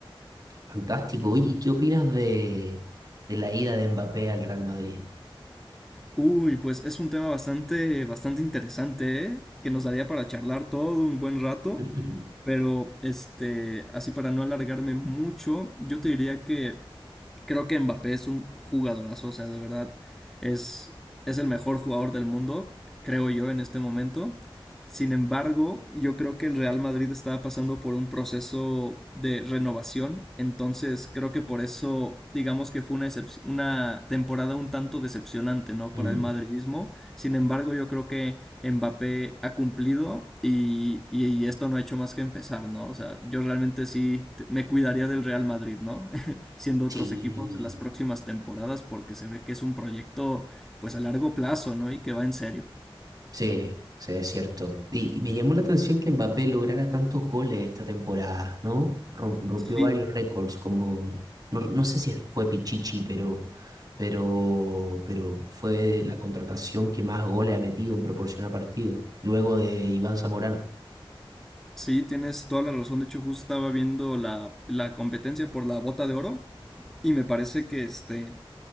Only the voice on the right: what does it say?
fantástico. Oye, ¿qué opinas de, de la ida de Mbappé al Real Madrid?
<laughs>
Mm.
Sí,
sí, sí, es cierto. Y, y me llamó la atención que Mbappé lograra tantos goles esta temporada, ¿no? Rom- Rompió
varios récords, como, no, no sé si fue Pichichi, pero, pero, pero fue la contratación que más goles ha metido en proporción a partido, luego de Iván Zamorano.